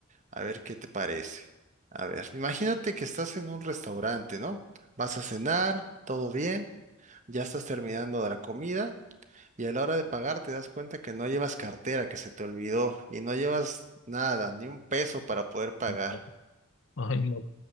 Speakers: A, on the right; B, on the left.
A: a ver qué te parece. A ver, imagínate que estás en un restaurante, ¿no? Vas a cenar, todo bien, ya estás terminando de la comida y a la hora de pagar te das cuenta que no llevas cartera, que se te olvidó y no llevas nada, ni un peso para poder pagar.
B: <laughs> Ay, no,